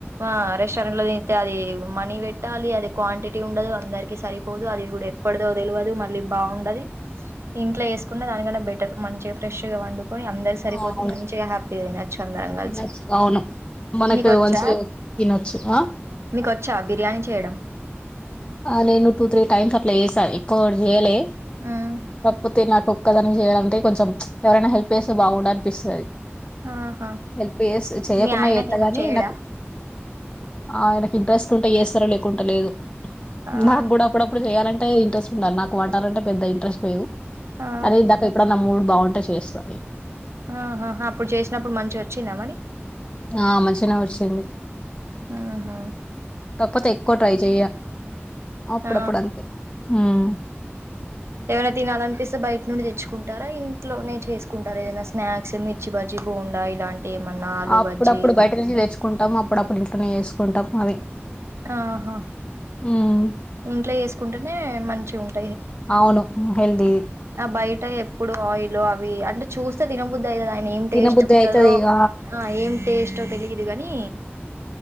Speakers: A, on the right; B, on the left.
A: ఆ రెస్టారెంట్లో చెత్తే అది మనీ పెట్టాలి అది క్వాంటిటీ ఉండదు అందరికీ సరిపోదు అది కూడా ఎప్పటిదో తెల్వదు మళ్ళీ బాగుండది ఇంట్లో వేసుకుంటే దానికన్నా బెటర్ మంచిగా ఫ్రెష్గా వండు కొని అందరి సరిపోద్
B: అవును
A: మంచిగా హ్యాపీగా తినొచ్చు అందరం కలిసి
B: తినొచ్చు అవును మనకు
A: మీకొచ్చా
B: మంచిగా తినొచ్చు ఆ
A: మీకొచ్చా బిర్యానీ చేయడం
B: ఆ నేను టూ త్రీ టైమ్స్ అట్ల చేసా ఎక్కువ కూడ చేయ్యలే
A: మ్మ్
B: పప్పు తినకు క్కదనే చేయాలంటే కొంచెం ఎవరైనా హెల్ప్ చేస్తే బాగుండ అనిపిస్తది
A: ఆహా
B: హెల్ప్ చేస్తే చేయకున్న
A: మీ ఆయన
B: చేత్తగాని
A: హెల్ప్ చేయడా
B: నాకు ఆయన్క్ ఇంట్రెస్ట్ టుంటే చేస్తారు లేకుంటె లేదు
A: ఆహా
B: నాకు కూడా అప్పుడప్పుడు చెయాలన్ అంటే ఇంట్రెస్ట్ ఉండాల నాకు వంటలంటే పెద్ద ఇంట్రెస్ట్ లేవు
A: ఆ
B: కానీ ఇందాక ఎప్పుడన్నా మూడ్ బాగుంటే చేస్తా నే
A: ఆహాహ అప్పుడు చేసినప్పుడు మంచిగా వచ్చింద మణి
B: ఆ మంచిగానే వచ్చింది
A: ఆహా
B: కాక్పోతే ఎక్కువ ట్రై చెయ్య అప్పుడప్పుడు
A: ఆ
B: అంతే హ్మ్
A: ఏవన్నా తినాలినిపిస్తే బయట నుండి తెచ్చుకుంటారా, ఇంట్లోనే చేసుకుంటారా, ఏదైనా స్నాక్స్ మిర్చి బజ్జి బోండా ఇలాంటి ఏమన్నా ఆలు
B: అప్పుడప్పుడు
A: బజ్జీ
B: బయట నుంచి తెచ్చుకుంటాము. అప్పుడప్పుడు ఇంట్లోనే చేస్కు కుంటం అవి
A: ఆహా
B: ఉమ్
A: ఇంట్లో చేేసుకుంటేనే మంచి ఉంన్
B: అవును హెల్దీది
A: ఆ బయట ఎప్పుడు ఆయిల్ అవి అంటే చూస్తే తినబద్ధి అయితది ఏం
B: తినబుద్ధి
A: టేస్ట్ ఉంటదో
B: అయితది ఇగ
A: ఆ ఏం టేస్టో తెలియదు గాని